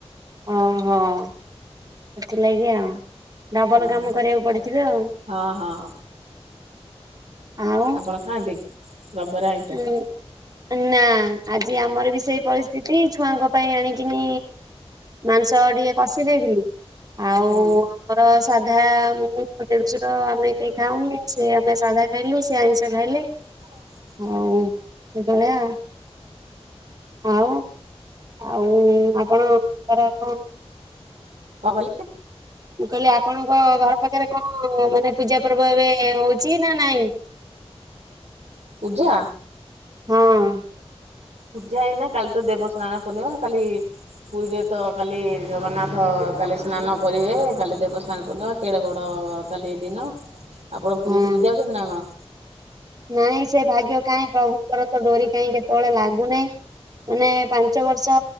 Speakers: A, on the right; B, on the right.
A: ଓହୋ ସେଥିଲାଗି ଆଉ। ଡବଲ
B: ହଁ
A: କାମ କରିବାକୁ ପଡିଥିବେ ଆଉ।
B: ହଁ ହଁ
A: ଆଉ
B: ଆପଣ ଖାଆନ୍ତି ରବାର ଆଇଁଷ?
A: ଉଁ ନା ଆଜି ଆମର ବି ସେଇ ପରିସ୍ଥିତି ଛୁଆଙ୍କ ପାଇଁ ଆଣିକିନି ମାଂସ ଟିକେ କଷି ଦେଇେଥିଲି ଆଉ
B: ହଁ
A: ଆମର ସାଧା ମୁଁ ମୋ ଦେଡଶୁର ଆମେ କେହି ଖାଉନୁସେ ଆମେ ସାଧା ଖାଇଲୁ ସେ ଆଇଁଷ ଖାଇଲେ।
B: ହଁ
A: ହଉ ସେଭଳିଆ ଆଉ ଆଉ। ଆଉ ଆପଣ ଙ୍କର କଣ?
B: କଣ କହିଲେ
A: ମୁଁ କହିଲି ଆପଣଙ୍କ ଘର ପାଖରେ କଣ ମାନେ ପୂଜା ପର୍ବ ଏବେ ହଉଛି ନା ନାଇଁ
B: ପୂଜା?
A: ହଁ।
B: ପୂଜା ଏଇନା କାଲି ତ ଦେବସ୍ନାନ ପୂର୍ଣ୍ଣିମା କାଲି ପୁରୀରେ ତ କାଲି ଜଗନ୍ନାଥ କାଲି ସ୍ନାନ କରିବେ କାଲି ଦେବସ୍ନାନ ପୁର୍ନିମା କେଡେ ବଡ ହଁ କାଲି ଦିନ ଆପଣ
A: ହଁ।
B: ପୁରୀ ପୁରୀ ଯାଉଛନ୍ତି ନା କଣ?
A: ନାଇଁ ସେ ଭାଗ୍ୟ କାଇଁ ପ୍ରଭୁଙ୍କର ତ ଡୋରି କାହିଁ କେତେବେଳେ ଲାଗୁନାହିଁ। ମାନେ ପାଞ୍ଚ ବର୍ଷ